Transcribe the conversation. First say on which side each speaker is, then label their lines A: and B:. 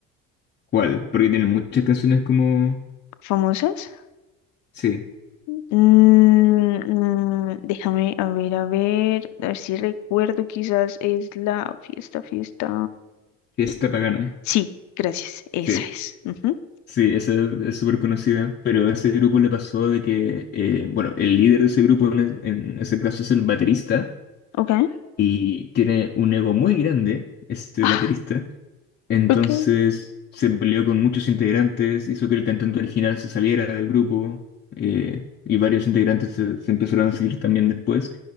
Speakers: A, on the left; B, on the left.
A: ¿cuál? Porque tienen muchas canciones como,
B: ¿Famosas?
A: sí,
B: Mm, mm, déjame, a ver, a ver, a ver si recuerdo, quizás es la fiesta, fiesta.
A: Fiesta Pagana.
B: Sí, gracias, esa
A: Sí,
B: es. Ujú,
A: sí, esa es súper conocida. Pero a ese grupo le pasó de que, eh, bueno, el líder de ese grupo en, es- en ese caso es el baterista.
B: Ok.
A: y tiene un ego muy grande, este
B: Ah,
A: baterista. Entonces
B: ok.
A: se peleó con muchos integrantes, hizo que el cantante original se saliera del grupo eh, y varios integrantes se, se empezaron a seguir también después